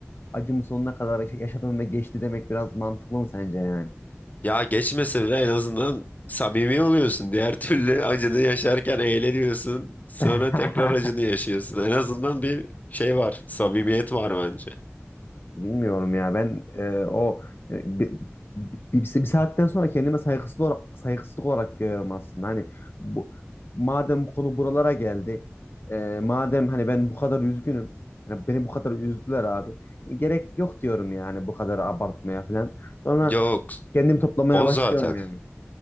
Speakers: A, on the left (about 50°); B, on the left (about 35°).
A: acımı sonuna kadar yaşadım ve geçti demek biraz mantıklı mı sence yani?
B: Ya geçmese bile en azından samimi oluyorsun. Diğer türlü acını yaşarken eğleniyorsun. Sonra
A: <laughs>
B: tekrar acını yaşıyorsun. En azından bir şey var. Samimiyet var bence.
A: Bilmiyorum ya ben e, o e, bi- bi- bir, bir saatten sonra kendime saygısızlık olarak, saygısızlık olarak görüyorum aslında. Hani bu madem bu konu buralara geldi, e, madem hani ben bu kadar üzgünüm, hani beni bu kadar üzdüler abi. E, Gerek yok diyorum yani bu kadar abartmaya falan. Sonra
B: Yok.
A: kendimi toplamaya
B: O
A: başlıyorum
B: zaten.
A: yani.